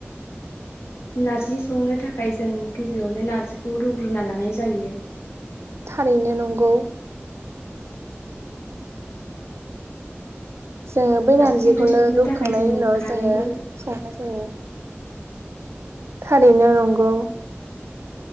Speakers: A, on the left; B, on the right.
A: नारजि संनो थाखाय जों गिबियावनो नारजिखौ रुग्रोनना लानाय जायो।
B: थारैनो नंगौ। जोंङो बै
A: नारजि
B: नारजिखौनो
A: ओंख्रि संनो
B: रुखांनायनि
A: थाखाय जों
B: उनाव
A: खारैबो
B: जोंङो संनाय औ थारैनो नंगौ।